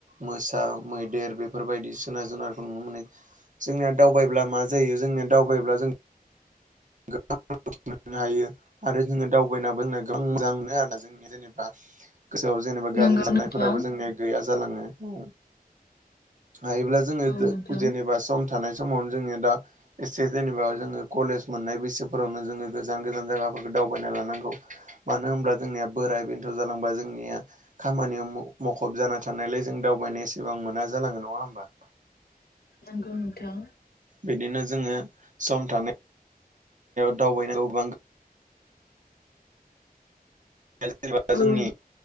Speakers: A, on the right; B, on the left.
A: मोसा मैदेर बेफोरबायदि जोनार जुनारखौ नुनो मोनो जोंनिया दावबायब्ला मा जायो जोंनिया दावबायायोब्ला जों <unintelligible> मोननो हायो आरो जोङो दावबायनाबो जोंना गोबां मोजां मोनो आरो जों जेनेबा गोसोआव जेनेबा गाज्रि
B: नंगौ
A: साननायफोराबो
B: नोंथां
A: जोंनिया गैया जालाङो। ओ, हायोब्ला। जोंयो
B: औ नोंथां
A: जेनेबा सम थानाय समावनो जोङो दा एसे जेनेबा जोङो कलेज मोननाय बैसोफोरावनो जोङो गोजान गोजान जायगाफोरखौ दावबायना लानांगौ। मानो होनब्ला जोंनिया बोराय बेन्थ' जालांबा जोंनिया खामानियाव मुखुब जाना थानायलाय जों दावबायनाय एसेबां मोना जालाङो नङा होमबा।
B: नांगौ नोंथां
A: बिदिनो जोङो सम थानाय दावबायनांगौ गोबां <unintelligible>
B: औ
A: जोंनि
B: नों-